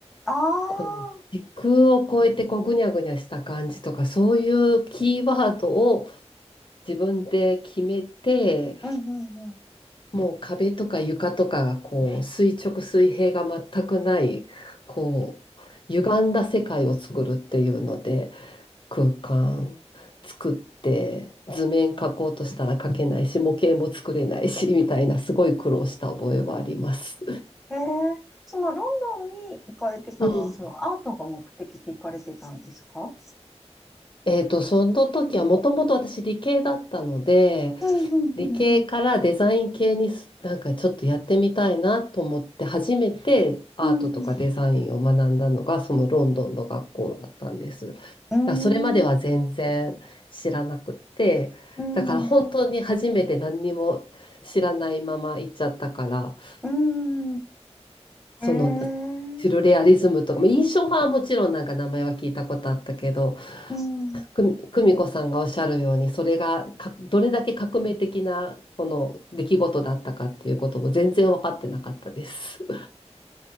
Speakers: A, in the centre; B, on the left.
A: ああ、
B: こう、時空を超えてこうぐにゃぐにゃした感じとか、そういうキーワードを自分で決めて、
A: うんうんうん。
B: もう壁とか床とかがこう垂直水平が全くない、こう歪んだ世界を作るっていうので、空間作って、図面描こうとしたら描けないし、模型も作れないし、みたいなすごい苦労した覚えはあります。
A: えーそのロンドンに行かれてたのはそのアートが目的で行かれてたんですか
B: うん。えっと、その時はもともと私理系だったので、
A: うんうんうん
B: 理系からデザイン系にすなんかちょっとやってみたいなと思って初めてアートとかデザインを学んだのがそのロンドンの学校だったんです。
A: うん。う
B: だか
A: ーん、
B: らそれまでは全然知らなくってだから本当に初めて何にも知らないまま行っちゃったから
A: うん。うん。うん。
B: その
A: ええ
B: シルレアリズムとか、まあ、印象派はもちろんなんか名前は聞いたことあったけど、
A: うん。
B: 久美久美子さんがおっしゃるように、それがかどれだけ革命的なこの出来事だったかっていうことも全然分かってなかったです。